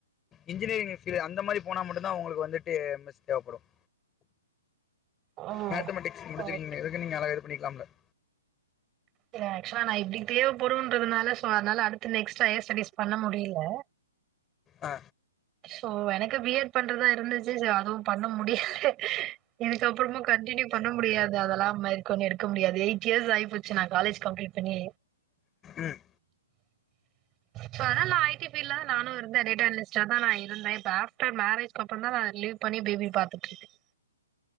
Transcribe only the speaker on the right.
ஓ
ஓகே
இல்லஆக்சுவலா நான் இப்படி தேவைப்படும்ன்றதுனால சோ அனால அடுத்து நெக்ஸ்ட் ஹையர் ஸ்டடிஸ் பண்ண முடியல
சோ எனக்கு பி எட் பண்றதா இருந்துச்சு அதுவும் பண்ண முடியல இதுகப்புறமா கண்டினியூ பண்ண முடியாது அதெல்லாம் மேற்கொண்டு எடுத் முடியாது எயிட் இயர்ஸ் ஆயிப்போ சின்னா காலேஜ் கம்ப்ளீட் பண்ணி
சோ அதனால நான் ஐ டி ஃபீல்டுல தான் நானும் இருந்தேன் டேட்டா இன்டர்சிஸ்டரா நான் இருந்தேன் இப்ப ஆப்டர் மேரேஜ் அப்புற தான் நான் லீவ் பண்ணி பேபி பாத்துற்று இருக்கேன்